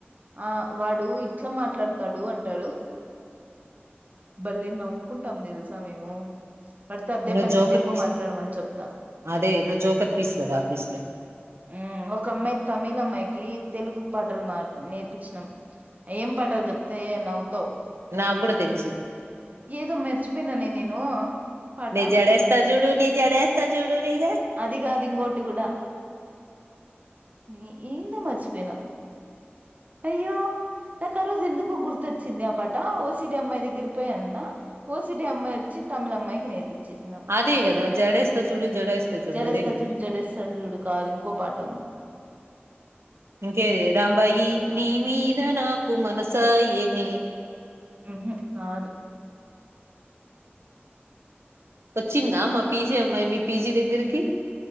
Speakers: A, on the right (about 40°); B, on the right (about 80°).
A: ఆ వాడు ఇట్లా మాట్లాడతాడు అంటాడు భలే నవ్వుకుంటాం తెలుసా మేము పడితే అదే
B: నువ్వు
A: పనిగా
B: జోకర్
A: తెలుగు
B: పీస్
A: మాట్లాడమని చెప్తా
B: అదే నువ్వు జోకర్ పీస్ కదా ఆఫీస్ లో
A: ఉమ్ ఒకమ్మాయి తమిళమ్మాయికి తెలుగు పాటలు మా నేర్పిచ్చినాం ఏం పాటలు చెప్తే నవ్వుతావు
B: నాకు కూడా తెలుసు
A: ఏదో మెర్చిపోయినానే నేను పాట
B: నే జడేస్తా చూడు నీ జడేస్తా చూడు నీ జ
A: అది కాదు ఇంకోటి కూడా నీ ఏందో మర్చిపోయినా అయ్యో నాకు ఆ రోజు ఎందుకో గుర్తొచ్చింది ఆ పాట ఓ సి డి అమ్మాయి దగ్గిరిపోయి అన్న ఓ సి డి అమ్మాయి వచ్చి తమిళమ్మాయికి నేర్పిచ్చేసి
B: అదే కదా జడేస్తా చూడు జడేస్తా చూడు
A: జడేస్త
B: అదే కదా
A: చూడు జడేస్త చూడు కాదు ఇంకో పాట ఉన్
B: ఇంకేది రాంబాయి నీ మీదనా కు మనసాయనే
A: మ్ హూ కాదు
B: వచ్చిందా మా పీ జీ అమ్మాయి మీ పీ జీ దగ్గరికి